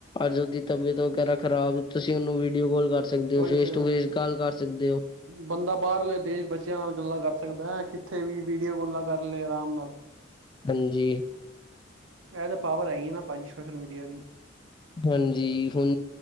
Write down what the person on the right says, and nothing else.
ਉਹੀ
ਤੇ
ਬੰਦਾ ਬਾਹਰਲੇ ਦੇਸ਼ ਬੱਚਿਆਂ ਨਾਲ ਗੱਲਾਂ ਕਰ ਸਕਦਾ ਹੈ, ਕਿੱਥੇ ਵੀਡੀਓ ਕਾਲਾ ਕਰ ਲਏ ਆਰਾਮ ਨਾਲ। <inaudible>
ਇਹ ਤਾਂ ਪਾਵਰ ਹੈਗੀ ਨਾ ਭਾਜੀ ਸੋਸ਼ਲ ਮੀਡੀਆ ਦੀ।